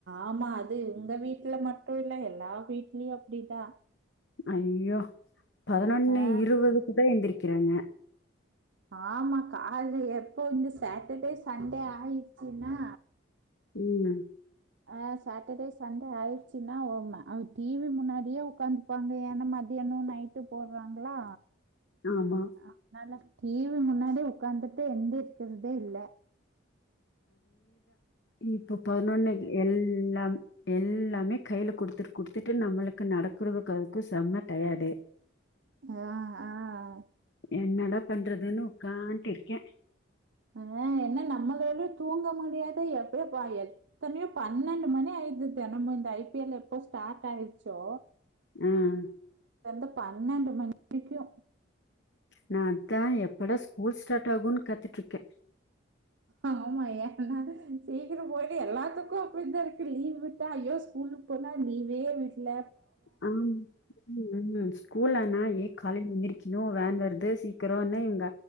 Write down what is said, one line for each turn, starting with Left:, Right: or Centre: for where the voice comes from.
Right: ஆமா அது உங்க வீட்ல மட்டு இல்ல எல்லா வீட்லயு அப்டிதா
Left: ஐயோ பதினொன்னு
Right: ஆ
Left: இருபதுக்கு தா எந்திரி வக்கிறாங்க
Right: ஆமா காலைல எப்போமே சேட்டர்டே சண்டே ஆயிடுச்சுன்னா
Left: உம்
Right: ஆஹ் சாட்டர்டே சண்டே ஆயிடுச்சுன்னா உ ம்ம அவுங் டிவி முன்னாடியே உட்காந்துப்பாங்க ஏன்னா மதியானோ நைட்டு போடுறாங்களா
Left: ஆமா
Right: ஆஹ் நல்ல டிவி முன்னாடி உட்கார்ந்துட்டு எந்திருக்கறதே இல்ல
Left: இப் இப்ப பதினொன்ன எல்லாம் எல்லாமே கையில குடுத்துட்டு குடுத்துட்டு நம்மளுக்கு நடக்குறதுக்கு அதுக்கும் செம்ம டயார்டு
Right: ஆஹ் ஆஹ்
Left: என்னடா பண்றதுன்னு உட்காண்ட்டு இருக்கே
Right: அஹ் என்ன நம்மளாலயு தூங்க முடியாத எப்பயு எத்தனையோ பன்னெண்டு மணி ஆயிடுது தெனமும் இந்த ஐ பி எல் எப்போ ஸ்டார்ட் ஆயிடுச்சோ
Left: ஆஹ்
Right: ந்த பன்னெண்டு மணிக்கும்
Left: நா அதா எப்படா ஸ்கூல் ஸ்டார்ட் டாகுன்னு கத்துட்டு இருக்கே
Right: ஆமா ஏன்னா சீக்கிரோ போயிட்டு எல்லாத்துக்கு அப்புடி தா இருக்கு லீவ்வு தா ஐயோ ஸ்கூலுக்கு போனால் லீவே விட்ல
Left: ஆமா உம் உம் ஸ்கூல்லனா ஏன் காலேஜ் <inaudible> க்கணும் வேன் வருது சீக்கிரேன்னா எங்க